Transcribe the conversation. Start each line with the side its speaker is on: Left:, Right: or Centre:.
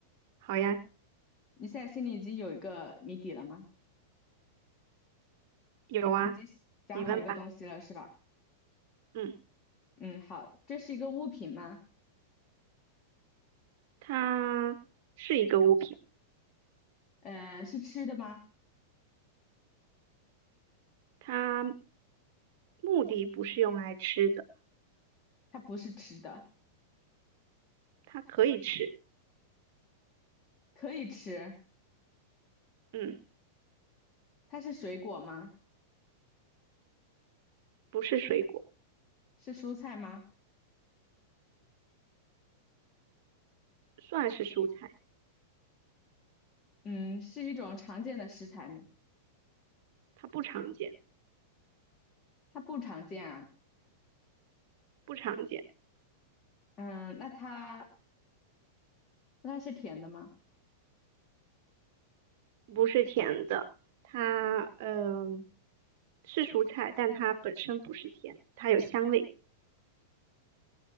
Right: 好呀，
Left: 你现在心里已经有一个谜底了吗？
Right: 有啊，
Left: 你已经想好一个东西了，
Right: 你问吧。
Left: 是吧？
Right: 嗯，
Left: 嗯，好，这是一个物品吗？
Right: 它是一个物品，
Left: 嗯，是吃的吗？
Right: 它目的不是用来吃的，
Left: 它不是吃的，
Right: 它可以吃，
Left: 可以吃。
Right: 嗯，
Left: 它是水果吗？
Right: 不是水果，
Left: 是蔬菜吗？
Right: 算是蔬菜，
Left: 嗯，是一种常见的食材吗？
Right: 它不常见，
Left: 它不常见啊。
Right: 不常见，
Left: 嗯，那它那它是甜的吗？
Right: 不是甜的，它嗯、呃是蔬菜，但它本身不是甜的，它有香味。